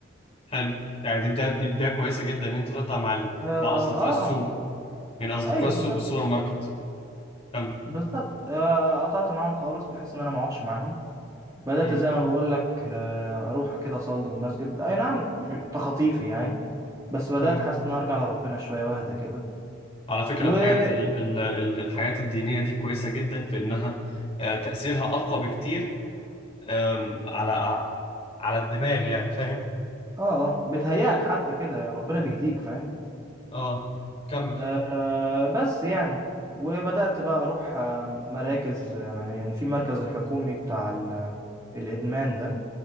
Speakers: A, on the left; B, on the right.
A: حلو يعني دي بداية دي بداية كويسة جدا ان انت تقطع مع ال...
B: اه,
A: مع اصدقاء
B: آه
A: السوق يعني اصدقاء
B: ايوه
A: السوق
B: بالظبط
A: والسوبر ماركت كمل
B: بالظبط آه قطعت معاهم خالص بحيث ان انا ما اقعدش معاهم بدات
A: امم
B: زي ما بقول لك آه اروح كده اصلي المسجد اي نعم م- تخطيفي يعني بس بدات
A: امم
B: حاسس ان أنا ارجع لربنا شويه واهدى كده
A: على فكرة
B: وبالظبط
A: الحاجات دي ال... ال... ال- الحاجات الدينية دي كويسة جدا في انها آه، تأثيرها اقوى بكتير آم، على ع- على الدماغ يعني فاهم
B: اه اه بتهيأك حتى كده ربنا بيهديك فاهم
A: اه كمل
B: آه بس يعني وبدأت بقى أروح آه مراكز آه يعني في مركز الحكومي بتاع ال- الإدمان ده